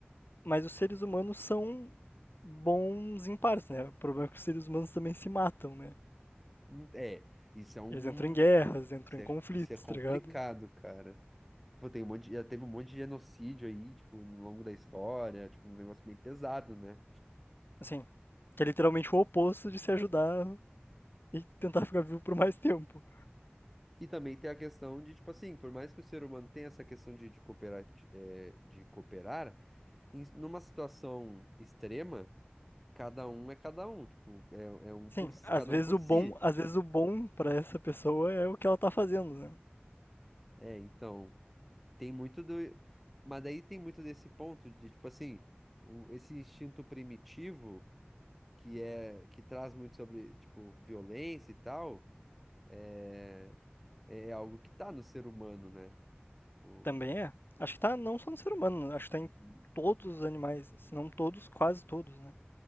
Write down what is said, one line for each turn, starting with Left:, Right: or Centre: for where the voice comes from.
Left: Mas os seres humanos são bons em partes, né? O problema é que os seres humanos também se matam, né?
Centre: Hum, É, isso é um.
Left: Eles entram em guerras, entram
Centre: Isso
Left: em
Centre: é,
Left: conflitos,
Centre: isso é complicado,
Left: tá ligado?
Centre: cara. Tipo, tem um monte de- já teve um monte de genocídio aí, tipo, no longo da história, tipo, um negócio bem pesado, né?
Left: Assim, que é literalmente o oposto de se ajudar e tentar ficar vivo por mais tempo.
Centre: E também tem a questão de, tipo assim, por mais que o ser humano tenha essa questão de, de, cooperati- eh, de cooperar, em, numa situação extrema, cada um é cada um, tipo, é, é um
Left: Sim,
Centre: por si,
Left: às
Centre: cada
Left: vezes
Centre: um por
Left: o
Centre: si.
Left: bom, às vezes o bom para essa pessoa é o que ela tá fazendo, né?
Centre: É, então, tem muito do. Mas aí tem muito desse ponto de, tipo assim, o, esse instinto primitivo. que é que traz muito sobre, tipo, violência e tal, é, é algo que tá no ser humano, né? Tipo,
Left: Também é. Acho que tá não só no ser humano, acho que tá em
Centre: Uhum.
Left: todos os animais, se não todos, quase todos, né?